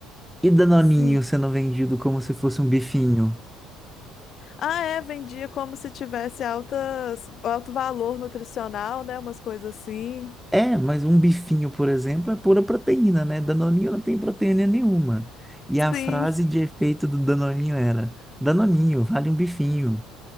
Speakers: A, in the centre; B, on the left.
A: E Danoninho
B: Sim.
A: sendo vendido como se fosse um bifinho.
B: Ah, é, vendia como se tivesse altas, alto valor nutricional, né? Umas coisas assim.
A: É, mas um bifinho, por exemplo, é pura proteína, né? Danoninho não tem proteína nenhuma. E a
B: Sim.
A: frase de efeito do Danoninho era: Danoninho, vale um bifinho.